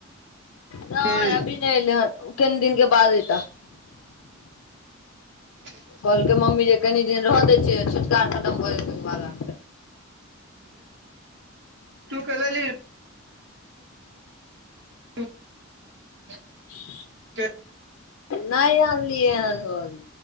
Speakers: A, on the left; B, on the right.
A: नहि
B: की
A: अभी नहि एलै हन कनि दिन के बाद ऐतऽ
B: <inaudible>
A: कहलकै मम्मी जे कनि दिन रह दै छियै छुतका आर खतम भऽ जेतै ओहिके बाद आनब
B: तू कलली <unintelligible> <inaudible>
A: <inaudible>
B: के
A: नहि आनलियै हन हो अभी